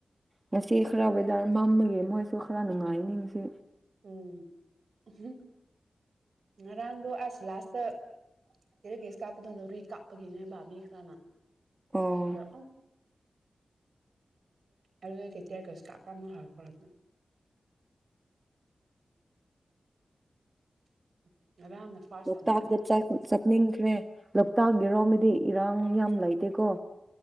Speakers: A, on the right; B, on the right.
A: ꯉꯁꯤ ꯈꯔ ꯋꯦꯗꯔ ꯃꯝꯃꯒꯤ ꯃꯣꯏꯁꯨ ꯈꯔ ꯅꯨꯡꯉꯥꯏ ꯅꯤꯡ ꯁꯤ
B: ꯎꯝ ꯎꯝ ꯉꯔꯥꯡꯗꯣ ꯑꯁ ꯂꯥꯁꯇ ꯇꯦꯔꯒꯦꯁ ꯀꯥꯞꯄꯗꯨ ꯅꯧꯔꯤ ꯀꯥꯞ ꯄꯒꯤꯅꯦꯕꯥꯥ ꯃꯤ ꯈ꯭ꯔꯅꯥ
A: ꯑꯣ
B: ꯇꯧꯗꯨꯏ ꯀ ꯑ ꯑꯗꯩ ꯇꯤꯌꯔ ꯒꯌꯥꯁ ꯀꯥꯄꯄꯥ ꯃꯣꯏ ꯍꯧꯔꯛꯈꯕꯅꯦ <inaudible> ꯐꯥꯔꯁ
A: ꯂꯣꯛꯇꯥꯛꯇ
B: ꯑꯦꯟ ꯂꯥꯁꯅꯦ ꯑꯗꯨꯒꯨꯝꯕ ꯆꯠꯄꯗꯣ
A: ꯆꯠꯅꯤꯡꯈ꯭ꯔꯦ ꯂꯣꯛꯇꯥꯛ ꯌꯦꯔꯣꯝꯗꯗꯤ ꯏꯔꯥꯡ ꯌꯥꯝ ꯂꯩꯇꯦꯀꯣ